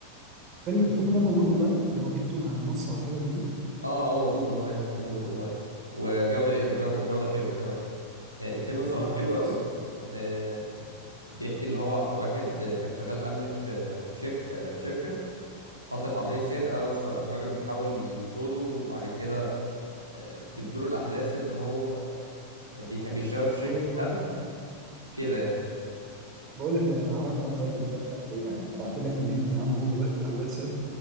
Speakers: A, on the right; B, on the right.
A: فيلم الفيلم ده موجود اونلاين لو جبته من على المنصه ولا حاجه موجود
B: اه اه موجود اونلاين هتلاقيه موجود اونلاين وجودة جو- وجودة حلوة كمان يعني الفيلم
A: طب
B: صراحة
A: والله
B: حلو
A: كويس
B: قوي آه بيحكي اللي هو واحد آه، كان شغال امن في في شركة آه، في شركة حصلت عملية سرقة فالراجل بيحاول يطرده وبعد كده آه، بتدور الأحداث إن هو بيح- بيشتغل في
A: زي
B: شركة
A: الفل
B: أمن كده يعني
A: بقول لك إيه، انا عملت معاك واجب دلوقتي بقى تدعي لي عليه ابعت لك اللينك يا عم اهو دلوقتي على الواتساب